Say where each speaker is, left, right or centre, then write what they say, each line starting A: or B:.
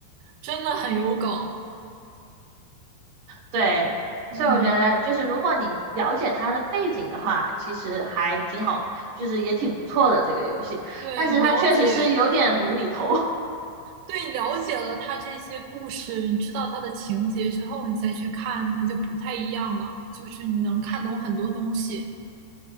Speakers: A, on the right; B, on the right.
A: 真的很有梗，
B: 对，
A: 嗯，
B: 所以我觉得就是如果你了解它的背景的话，其实还挺好，就是也挺不错的这个游戏。
A: 对你了解，
B: 但是它确实是有点无厘头。
A: 嗯。
B: <laughs>
A: 对，了解了他这些故事，你知道他的情节之后，你再去看，它就不太一样了。就是你能看懂很多东西。